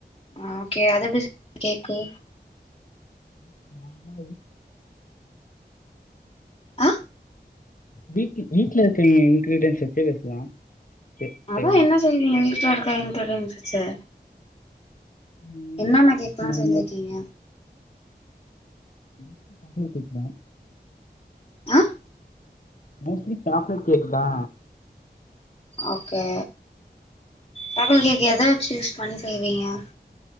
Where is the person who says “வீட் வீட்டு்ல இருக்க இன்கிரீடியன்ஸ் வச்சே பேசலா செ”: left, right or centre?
Left